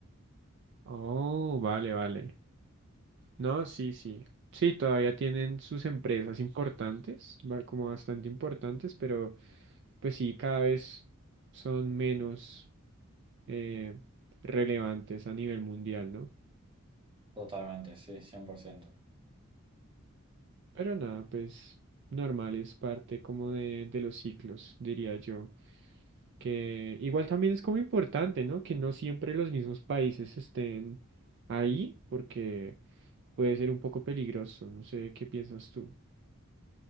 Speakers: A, on the right (about 55°); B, on the right (about 25°).
A: Oh, vale, vale. No, sí, sí. Sí, todavía tienen sus empresas importantes, ba- como bastante importantes, pero pues sí, cada vez son menos eh, relevantes a nivel mundial, ¿no?
B: Totalmente, sí, cien por ciento
A: Pero nada, pues normal, es parte como de, de los ciclos, diría yo. que igual también es como importante, ¿no? Que no siempre los mismos países estén ahí, porque puede ser un poco peligroso. No sé qué piensas tú.